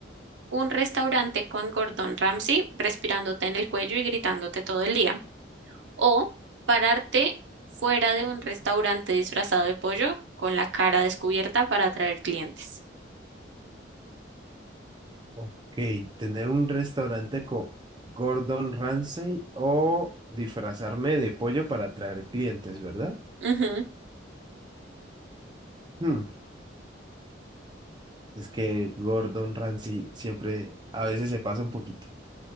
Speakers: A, on the right; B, on the right.
A: un restaurante con Gordon Ramsay respirándote en el cuello y gritándote todo el día? O pararte fuera de un restaurante disfrazado de pollo con la cara descubierta para atraer clientes.
B: Ok, tener un restaurante con Gordon Ramsay o disfrazarme de pollo para atraer clientes, ¿verdad?
A: Ujú.
B: Hmm, Es que Gordon Ramsay siempre, a veces se pasa un poquito.